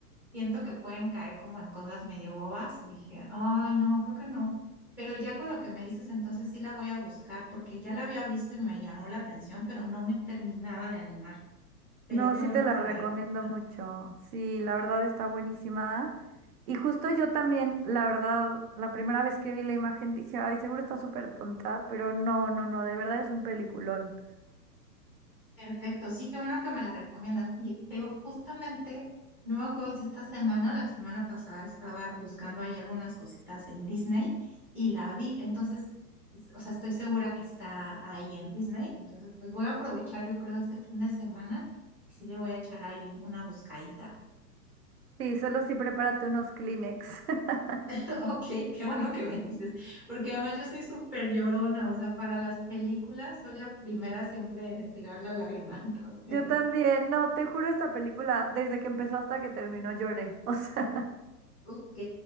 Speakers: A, in the centre; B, on the right.
A: siento que pueden caer como en cosas medio bobas. Dije, ay, no, creo que no. Pero ya con lo que me dices, entonces sí la voy a buscar porque ya la había visto y me llamó la atención, pero no me terminaba de animar. Pero
B: No,
A: qué
B: sí
A: bueno
B: te la
A: que me
B: recomiendo
A: la recomiendas.
B: mucho. Sí, la verdad está buenísima. Y justo yo también, la verdad, la primera vez que vi la imagen dije, ay, seguro está súper tonta, pero no, no, no, de verdad es un peliculón.
A: Perfecto, sí, qué bueno que me la recomiendas. Y te digo, justamente, no me acuerdo si esta semana o la semana pasada estaba buscando ahí algunas cositas en Disney y la vi, entonces, es- o sea, estoy segura que está ahí en Disney, entonces, pues voy a aprovechar, yo creo, este fin de semana y sí le voy a echar ahí un- una buscadita.
B: Sí, solo sí prepárate unos Kleenex. <laughs>
A: <laughs> Ok, qué bueno que me dices, porque además yo soy súper llorona, o sea, para las películas soy la primera siempre en tirar la lágrima, <laughs> entonces,
B: Yo también, no, te juro, esta película, desde que empezó hasta que terminó lloré. <laughs> O sea,
A: ok.